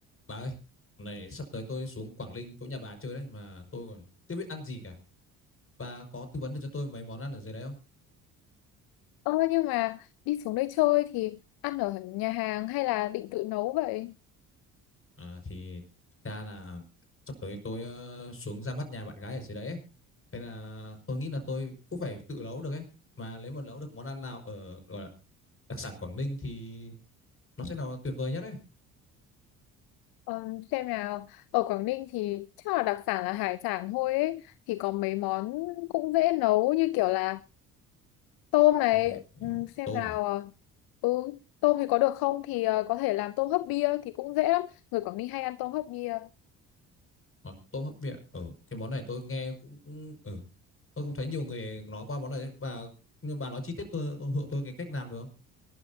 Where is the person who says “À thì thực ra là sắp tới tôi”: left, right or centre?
Left